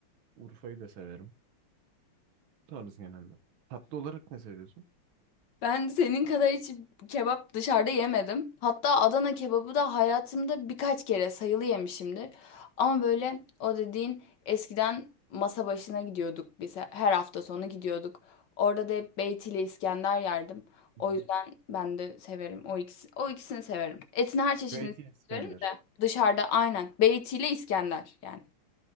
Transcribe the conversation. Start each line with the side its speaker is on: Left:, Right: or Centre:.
Right: Urfa'yı da severim. Bu tarz genelde. Tatlı olarak ne seviyorsun?
Left: Ben senin kadar hiç kebap dışarıda yemedim. Hatta Adana kebabı da hayatımda birkaç kere sayılı yemişimdir. Ama böyle o dediğin eskiden masa başına gidiyorduk biz. Her hafta sonu gidiyorduk. Orada da hep Beyti ile İskender yerdim.
Right: Hı
Left: O
Right: hı.
Left: yüzden ben de severim. O ikisi, o ikisini severim. Etin her çeşidini
Right: Beyti İskender.
Left: severim de dışarıda aynen Beyti ile İskender yani.